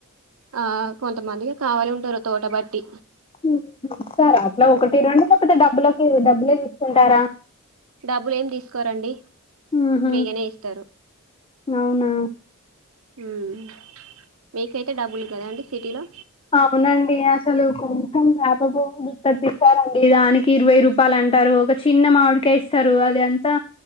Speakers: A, on the right; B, on the left.
A: ఆ కొంతమందికి కావాలి ఉంటారు తోట బట్టి
B: హు ఇస్తారా అట్లా ఒకటి రొండు లేకపోతే డబ్బులకే డబ్బులే తీస్ కుంటారా
A: డబ్బులు ఏం తీసుకోరండి
B: ఊహూ
A: ఫ్రీగనే ఇస్తారు.
B: అవునా
A: ఉమ్ మీకైతే డబ్బులుక్కదా అండి సిటీలో
B: అవునండి అసలు కొంచెం వ్యాపబోవ్వుదు కట్టిస్తారండి దానికి ఇరవై రూపాయలు అంటారు ఒక చిన్న మామిడికయి ఇస్తారు అది అంతా